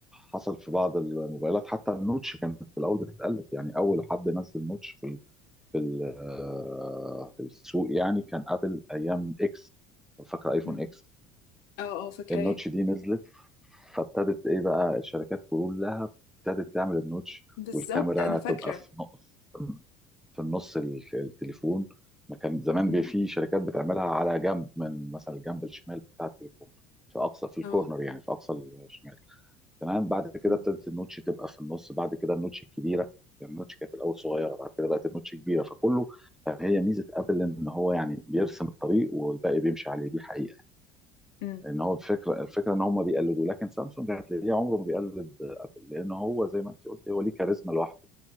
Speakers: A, in the centre; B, on the left.
A: حصل في بعض الموبايلات حتى النوتش كانت في الاول بتتقلب يعني اول حد نزل نوتش في في ال- آه، في السوق يعني كان ابل ايام اكس لو فاكره ايفون
B: مم.
A: اكس
B: اه اه فاكراه
A: النوتش دي نزلت فابتدت ايه بقى الشركات كلها ابتدت تعمل النوتش
B: بالظبط
A: والكاميرا
B: انا فاكره
A: تبقى في نقص في النص ال- التليفون ما كان زمان
B: مم.
A: بي- في شركات بتعملها على جنب من مثلا الجنب الشمال بتاع التليفون في اقصى في الكورنر
B: اه
A: يعني في اقصى الشمال تمام بعد كده
B: مم.
A: ابتدت النوتش تبقى في النص بعد كده النوتش الكبيره يعني النوتش كانت الاول صغيره بعد كده بقت النوتش كبيره فكله هي ميزه ابل ان هو يعني بيرسم الطريق والباقي بيمشي عليه دي حقيقه
B: مم.
A: ان هو الفكره الفكره ان هم بيقلدوا لكن سامسونج هتلاقيه عمره ما بيقلد ابل لان هو زي ما انت قلت هو ليه كاريزما لوحده